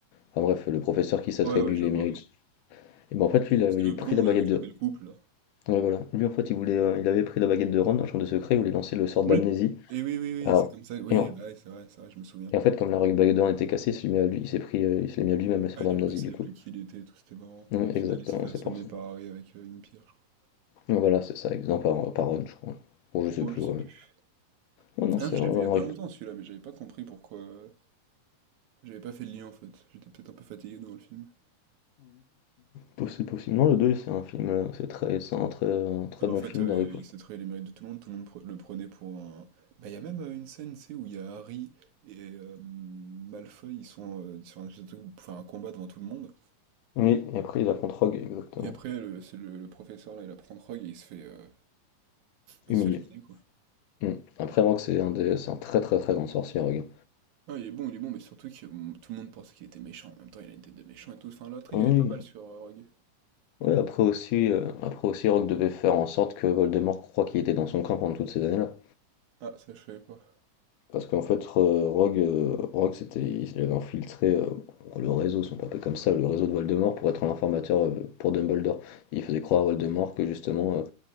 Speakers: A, on the left; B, on the right.
A: Enfin bref, le professeur qui s'attribue
B: Ouais, ouais, je
A: les
B: vois.
A: mérites. Et ben en fait lui il avait
B: C'est le
A: pris
B: blond
A: la
B: là
A: baguette
B: avec
A: de.
B: la belle coupe là.
A: Ouais voilà. Lui en fait il voulait euh, il avait pris la baguette de Ron dans la chambre des secrets, il voulait lancer le sort
B: Oui.
A: d'amnésie.
B: Et oui, oui, oui,
A: Alors
B: c'est comme ça. Oui,
A: et en,
B: ouais, c'est vrai, c'est vrai, je me souviens.
A: et en fait comme la baguette de Ron était cassée, il s'est mis à lui, il s'est pris euh, il s'est mis à lui-même le sort
B: Ah, du
A: d'amnésie
B: coup, il savait
A: du coup.
B: plus qui il était, et tout, c'était marrant.
A: Ouais,
B: Et au final,
A: exactement,
B: il se fait assommer
A: c'est pour ça.
B: par Harry avec euh, une pierre, je crois.
A: Ouais, Voilà, c'est ça, exemple par, par Ron, je crois. Bon je sais
B: Oh,
A: plus,
B: je sais
A: ouais,
B: plus.
A: mais- Ouais, non,
B: Ah,
A: c'est
B: je
A: vraiment
B: l'ai vu il y a pas longtemps celui-là, mais j'avais pas compris pourquoi. euh, J'avais pas fait le lien en fait, j'étais peut-être un peu fatigué devant le film.
A: Possi possible. Non, le 2 c'est un film, heu, c'est très c'est un très, heu, très
B: Non, Mais
A: bon
B: en fait,
A: film
B: euh,
A: d'Harry Potter.
B: il s'attrayait les mérites de tout le monde, tout le monde pre- le prenait pour un. Bah, il y a même euh, une scène, tu sais, où il y a Harry et euh, Malfoy, ils sont euh, sur un espèce de truc pour faire un combat devant tout le monde.
A: Oui, et après il affronte Rogue, exactement.
B: Et après, le, c'est le, le professeur là, il apprend Rogue et il se fait, euh, il
A: Humilié.
B: se fait laminer quoi.
A: Mmh. Après Rogue, c'est un des c'est un très, très, très grand sorcier, Rogue.
B: Ah, il est bon, il est bon, mais surtout que bon, tout le monde pensait qu'il était méchant. En même temps, il a une tête de méchant et tout. Enfin, l'intrigue,
A: Oui,
B: elle est pas mal sur euh, Rogue.
A: oui, après aussi, heu, après aussi Rogue devait faire en sorte que Voldemort croit qu'il était dans son camp pendant toutes ces années-là.
B: Ah, ça, je savais pas.
A: Parce qu'en fait, re Rogue, heu, Rogue, c'était il avait infiltré, heu, le réseau, si on peut appeler comme ça, le réseau de Voldemort pour être l'informateur, heu, pour Dumbledore. Il faisait croire à Voldemort que justement, heu,